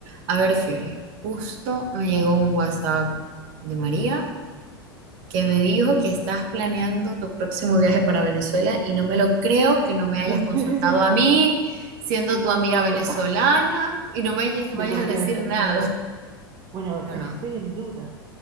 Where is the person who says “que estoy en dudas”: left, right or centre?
Right